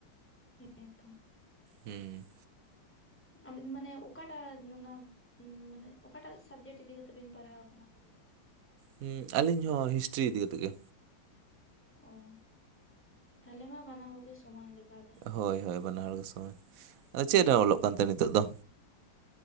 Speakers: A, in the centre; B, on the right.
A: ᱦᱮᱸ ᱛᱷᱚ᱾
B: ᱦᱩᱸ
A: ᱟᱵᱤᱱ ᱢᱟᱱᱮ ᱚᱠᱟ ᱴᱟᱜ ᱚᱱᱟ ᱱᱟ ᱢᱟᱱᱮ ᱚᱠᱟ ᱴᱟᱜ ᱥᱟᱵᱽᱡᱮᱴ ᱤᱫᱤ ᱠᱟᱛᱮᱜ ᱵᱤᱱ ᱯᱟᱲᱦᱟᱣ ᱠᱟᱱᱟ ᱵᱤᱱ ᱫᱚ?
B: ᱦᱩᱸ ᱟᱞᱤᱧ ᱦᱚᱸ ᱦᱤᱥᱴᱨᱤ ᱤᱫᱤ ᱠᱟᱛᱮᱜ ᱜᱮ᱾
A: ᱚ, ᱛᱟᱦᱚᱞᱮ ᱢᱟ ᱵᱟᱱᱟ ᱦᱚᱲ ᱜᱮ ᱥᱚᱢᱟᱱ ᱞᱮᱠᱟ ᱜᱮ᱾
B: ᱦᱚᱭ ᱦᱚᱭ ᱵᱟᱱᱟ ᱦᱚᱲ ᱜᱮ ᱥᱚᱢᱟᱱ ᱟᱫᱚ ᱪᱮᱜ ᱨᱮ ᱚᱞᱚᱜ ᱠᱟᱱᱛᱮ ᱱᱤᱛᱚᱜ ᱫᱚ?